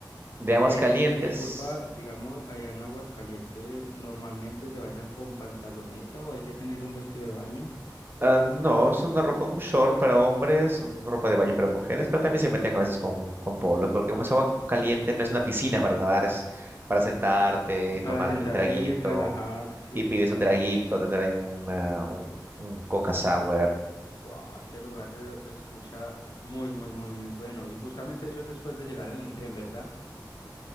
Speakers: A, on the right (about 30°); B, on the left (about 60°).
A: De aguas
B: Eh,
A: calientes,
B: di- disculpa, digamos, allá en Aguascalientes, ¿normalmente se baña con pantaloneta o hay que tener un vestido de baño?
A: ah, no, es una ropa, un short para hombres, una ropa de baño para mujeres, pero también se meten a veces con, con polos, porque como es agua caliente, no es una piscina para nadar, es para sentarte,
B: Eh, eh, para
A: tomarte
B: sentarse
A: un traguito,
B: ahí y relajarse.
A: y pides un traguito,
B: esa-
A: te traen una, un, un Coca Sour.
B: Wow, este lugar se escucha muy, muy, muy, muy bueno. Y justamente eso es después de llegar en el tren, ¿verdad?